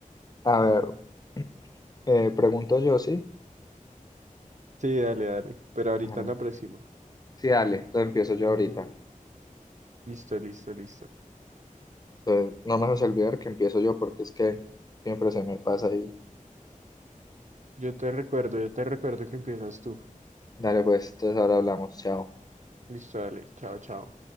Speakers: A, on the left; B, on the right.
A: A ver, <clears throat> eh, pregunto yo, ¿sí?
B: Sí, dale, dale. Pero ahorita
A: Ajá.
B: en la próxima.
A: Sí, dale, entonces empiezo yo ahorita.
B: Listo, listo, listo.
A: Entonces, no me vas a olvidar que empiezo yo porque es que siempre se me pasa ahí.
B: Yo te recuerdo, yo te recuerdo que empiezas tú.
A: Dale, pues, entonces ahora hablamos, chao.
B: Listo, dale. Chao, chao.